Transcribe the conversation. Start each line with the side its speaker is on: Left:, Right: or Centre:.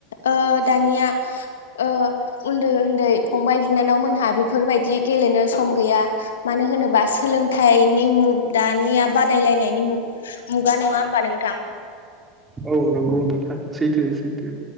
Left: ओ दानिया ओ उन्दै उन्दै फंबाय बिनानाव मोनहा बेफोरबायदि गेलेनो सम गैया मानो होनोबा सोलों थाइनि मुग दानिया बादायलायनायनि मु-मुगा नङा होमबा नोंथां
Right: औ नंगौ नोंथां सैथो सैथो